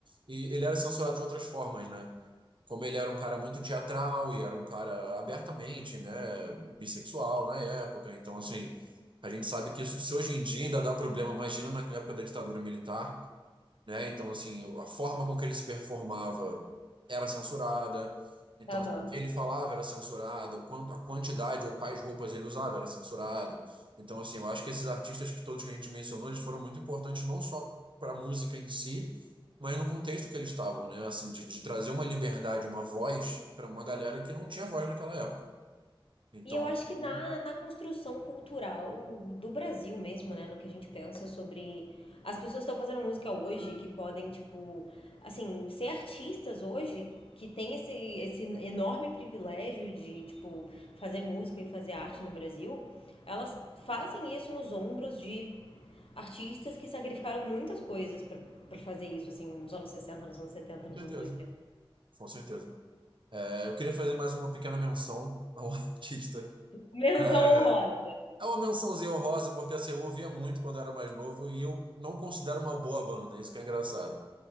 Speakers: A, on the right; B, on the left.
A: e ele era censurado de outras formas, né? Como ele era um cara muito teatral e era um cara abertamente, né, bissexual na época, então, assim, a gente sabe que isso, se hoje em dia ainda dá problema, imagina na época da ditadura militar, né? Então, assim, a forma com que ele se performava era censurada. Então,
B: Aham.
A: assim, o que ele falava era censurado, o quanto, a quantidade ou quais roupas ele usava era censurado. Então, assim, eu acho que esses artistas que todos que a gente mencionou, eles foram muito importantes não só para a música em si, mas no contexto que eles estavam, né? Assim, de, de trazer uma liberdade, uma voz para uma galera que não tinha voz naquela época. Então,
B: E eu acho que
A: com
B: na, na construção cultural do Brasil mesmo, né, no que a gente pensa sobre as pessoas estão fazendo música hoje, que podem, tipo, assim, ser artistas hoje, que tem esse, esse enorme privilégio de, tipo, fazer música e fazer arte no Brasil, elas fazem isso nos ombros de artistas que sacrificaram muitas coisas pra para fazer isso, assim, nos anos 60, nos anos 70, nos
A: certeza,
B: anos 80.
A: com certeza. É, eu queria fazer mais uma pequena menção ao <laughs> artista.
B: Menção
A: É,
B: honrosa.
A: É uma mençãozinha honrosa, porque assim, eu ouvia muito quando era mais novo e eu não considero uma boa banda, isso que é engraçado.